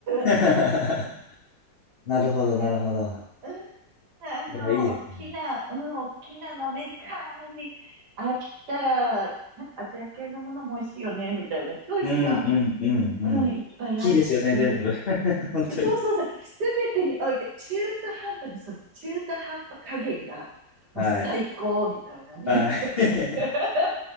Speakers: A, on the left (about 50°); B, on the right (about 65°).
A: ー、
B: ず、
A: <laughs> なるほど、なるほど。
B: うんあの、
A: いや、いいですね。
B: 大きな、うん、大きなのアメリカンに飽きたら、なんかアジア系のものも美味しいよね、みたいなチョイスが、
A: うん、うん、うん、うん。
B: うん、
A: 大きいですよね、
B: いっぱいあるし、
A: 全部。<laughs> 本当に。
B: そうそうそう、すべてにおいて、中途半端な、その中途半端加減が、もう最高、
A: はい。
B: みたいなね。
A: はい。<laughs>
B: <laughs>